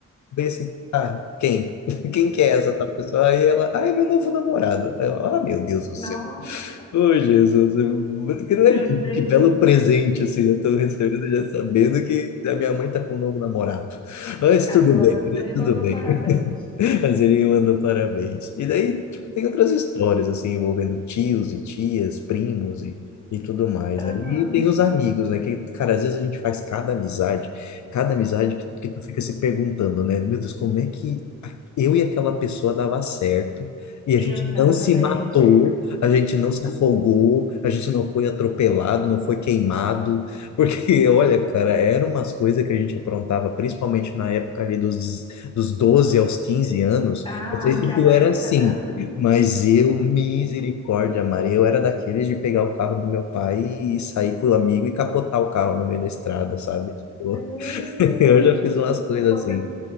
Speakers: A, on the left (about 70°); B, on the left (about 15°).
A: bem assim, ah, quem? <laughs> Quem que é essa tal pessoa? Aí ela, ah, é meu novo namorado. Aí eu, ah, meu Deus do
B: Nossa,
A: céu. Ô, Jesus, eu- que, né,
B: meu
A: que-
B: Deus.
A: que belo presente, assim, eu tô recebendo já sabendo que a minha mãe tá com um novo namorado. Mas
B: Ah,
A: tudo
B: pelo
A: bem,
B: menos
A: né?
B: ele
A: tudo
B: mandou
A: bem.
B: parabéns.
A: <laughs> Mas ele me mandou parabéns. E daí, tipo, tem outras histórias, assim, envolvendo tios e tias, primos e, e tudo mais,
B: Aham,
A: né? E tem os amigos, né? Que, cara, às vezes a gente faz cada amizade, cada amizade que, que tu fica se perguntando, né? Meu Deus, como é que a- eu e aquela pessoa dava certo e a
B: exatamente.
A: gente não se matou, a gente não se afogou, a gente não foi atropelado, não foi queimado, <laughs> porque, olha, cara, eram umas coisas que a gente aprontava, principalmente na época ali dos dos 12 aos 15 anos,
B: Ah,
A: não sei
B: aquela
A: se tu era
B: época
A: assim,
B: da.
A: mas eu, misericórdia, Maria, eu era daqueles de pegar o carro do meu pai e sair com o amigo e capotar o carro no meio da estrada, sabe? Tipo,
B: Deus,
A: <laughs> eu já fiz umas
B: sei
A: coisas
B: quanta,
A: assim.